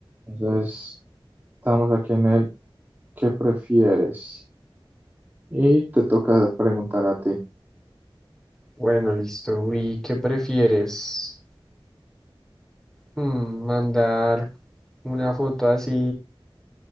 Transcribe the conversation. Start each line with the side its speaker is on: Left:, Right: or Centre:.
Right: Entonces, estamos aquí en el ¿qué prefieres? Y te toca preguntar a ti.
Centre: Bueno, listo. Uy, ¿qué prefieres? Mm, ¿Mandar una foto así,